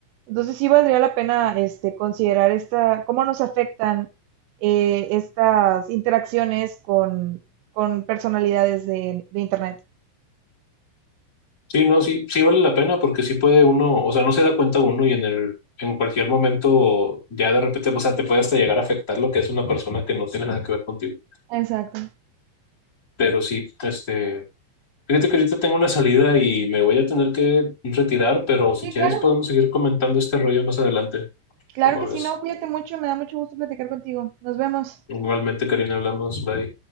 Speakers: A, on the right; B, on the left.
A: Entonces sí valdría la pena este, considerar esta, cómo nos afectan eh, estas interacciones con, con personalidades de, de Internet.
B: Sí, no, sí, sí vale la pena porque sí puede uno, o sea, no se da cuenta uno y en el, en cualquier momento ya de repente, o sea, te puede hasta llegar a afectar lo que es una persona que no tiene nada que ver contigo.
A: Exacto.
B: Pero sí, este, fíjate que ahorita tengo una salida y me voy a tener que retirar, pero si
A: Sí,
B: quieres
A: claro.
B: podemos seguir comentando este rollo más adelante,
A: Claro
B: como
A: que sí,
B: es.
A: no, cuídate mucho, me da mucho gusto platicar contigo. Nos vemos.
B: Igualmente, Karina, hablamos, bye.